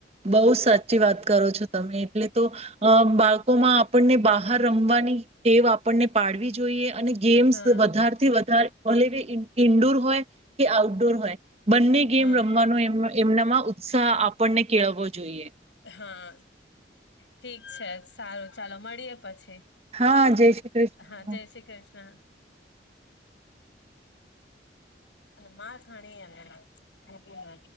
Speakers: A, on the right (about 35°); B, on the left (about 85°).
A: બઉ સાચી વાત કરો છો. તમે એટલે તો અ બાળકોમાં આપણને બહાર રમવાની તેવ આપણને પાડવી જોઈએ... અને ગેમ્સ
B: હા
A: વધાર થી વધારે ભલે ને ઈન્ડો ઇન્ડોર હોય. કે આઉટડોર હોય, બંને ગેમ
B: હા
A: રમવાનો એમનામાં ઉત્સાહ આપણને કેળવવો જોઈએ.
B: હા ઠીક છે, સારું ચાલો મળીએે પછી.
A: હા, જય શ્રી કૃષ્ણ.
B: હા જય શ્રી કૃષ્ણ અને માખાણી આ મોબીના